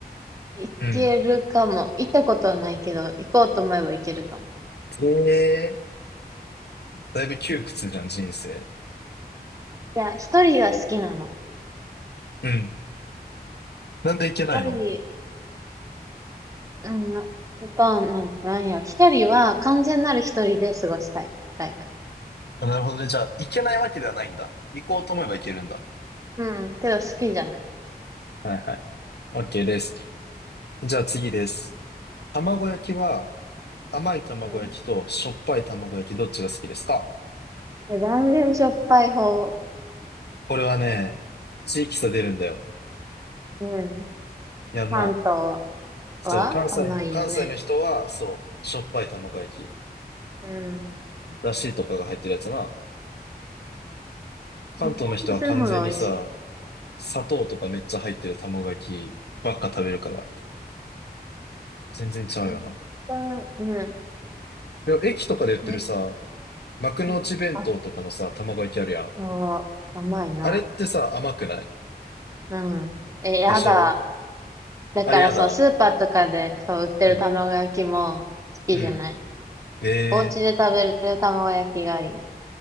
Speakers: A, on the right (about 20°); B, on the left (about 80°).
A: 行けるかも。
B: うん。
A: 行ったことはないけど、行こうと思えば行けるかも。
B: ええだいぶ窮屈じゃん、人生。
A: いや、一人が好きなの。
B: うん。なんで行けないの
A: 一人、うん、ほとんど、なんなんやろ。一人は完全なる一人で過ごしたいタイプ。
B: あなるほどね。じゃあ、行けないわけではないんだ。行こうと思えば行けるんだ。
A: うん、けど好きじゃない。
B: はいはい。OK です。じゃあ次です。卵焼きは甘い卵焼きとしょっぱい卵焼きどっちが好きですか
A: うん。で断然しょっぱい方
B: これはね、地域差出るんだよ。
A: うん。
B: やんな。
A: 関東
B: そう、
A: は甘いよね。
B: 関西、関西の人は、そう、しょっぱい卵焼き、
A: うん。
B: だしとかが入ってるやつな。関東の人は完全にさ、
A: 絶対こっちの方が美味しい。
B: 砂糖とかめっちゃ入ってる卵焼きばっか食べるから、全然違うよな。
A: 絶対、うん。
B: でも駅とかで売ってるさ、
A: ね、
B: 幕の内弁当とかのさ、
A: うん。あ、
B: 卵焼きあるやん。
A: そう、甘いな。
B: あれってさ、甘くない
A: うん。え、やだ。
B: でしょ
A: だからそう、
B: あれやだ。
A: スーパーとかで、そう、売ってる卵焼きも好きじゃない。
B: うん。うん。ええー
A: お家で食べる卵焼きがいい。